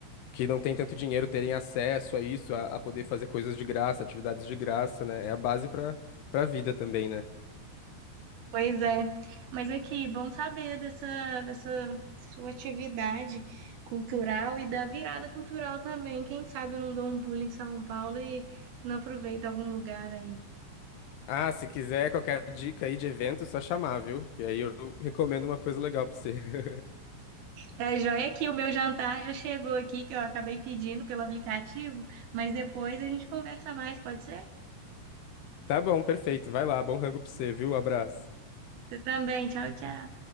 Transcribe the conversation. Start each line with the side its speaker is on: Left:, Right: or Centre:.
Left: que não têm tanto dinheiro terem acesso a isso, a, a poder fazer coisas de graça, atividades de graça, né? É a base para para a vida também, né?
Right: Pois é. Mas aqui, bom saber dessa, dessa sua atividade cultural e da virada cultural também. Quem sabe eu não dou um pulo em São Paulo e não aproveito algum lugar aí.
Left: Ah, se quiser qualquer dica aí de evento, só chamar, viu? E aí eu recomendo uma coisa legal para você. <laughs>
Right: Tá joia que o meu jantar já chegou aqui, que eu acabei pedindo pelo aplicativo, mas depois a gente conversa mais, pode ser?
Left: Tá bom, perfeito. Vai lá, bom rango para você, viu? Abraço.
Right: Você também, tchau, tchau.